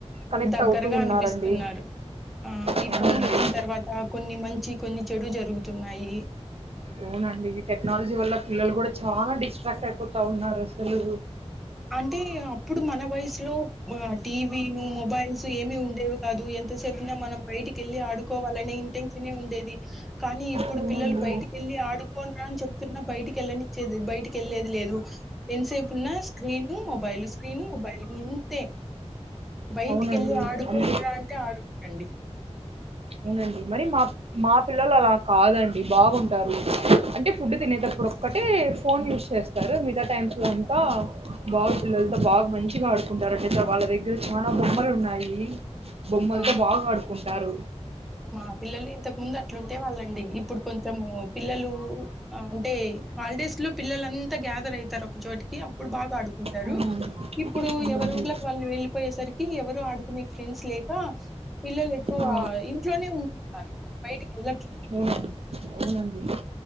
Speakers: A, on the right; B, in the centre.
A: కనెక్ట్
B: దగ్గరగా
A: అవుతూ ఉన్నారండి
B: అనిపిస్తున్నారు ఆ
A: అవునండి
B: ఈ ఫోన్లు వచ్చిన తర్వాత కొన్ని మంచి కొన్ని చెడు జరుగుతున్నాయి
A: అవునండి ఈ టెక్నాలజీ వల్ల పిల్లలు కూడ చాలా డిస్ట్రాక్ట్ అయిపోతు ఉన్నారు అసలు
B: అంటే అప్పుడు మన వయసులో బా టీవీను మొబైల్స్ ఏమి ఉండేవి కాదు ఎంతసేపున మనం బయటికెళ్ళి ఆడుకోవాలనే ఇంటెన్షన్ ఉండేది కానీ ఇప్పుడు
A: అవునండి
B: పిల్లలు బయటికెళ్ళి ఆడుకొండ్ర అని చెప్ప చెప్పిన బయటికెళ్లనిచేది బయటికెళ్లేది లేదు ఎంసేపు ఉన్న స్క్రీను మొబైల్ స్క్రీను మొబైల్ ఇంతే బయటికెళ్ళి
A: అవునండి
B: ఆడుకోం
A: అందుకే
B: రా అంటే ఆడుకోరండి
A: అవునండి మరీ మా మా పిల్లలు అలా కాదండి బాగుంటారు అంటే ఫుడ్ తినేటప్పుడు ఇప్పుడొక్కటే ఫోన్ యూస్ చేస్తారు మిగతా టైమ్స్ లో అంతా బాగు పిల్లలతో బాగా మంచిగ ఆడుకుంటారండి వాళ్ళ దగ్గర చాలా బొమ్మలు ఉన్నాయి బొమ్మలతో
B: ఆ
A: బాగా ఆడుకుంటారు
B: మా పిల్లలు ఇంతకు ముందు అట్లుంటే వాళ్ళండి ఇప్పుడు కొంచెము పిల్లలు అంటే హాలిడేస్ లో పిల్లలు అంతా గ్యాదర్ అయితారు ఒకచోటికి కి అప్పుడు బాగా ఆడుకుంటరు
A: అవునండి
B: ఇప్పుడూ
A: అవునండి
B: ఎవరు ఊళ్ళకి వాళ్ళు వెళ్ళిపోయేసరికి ఎవరు ఆడుకునే ఫ్రెండ్స్ లేక పిల్లలు ఎక్కువ క్వా
A: ఆ
B: ఇంట్లోనే ఉంటున్నారు బయటికి వెళ్ళట్లే
A: అవునండి అవునండి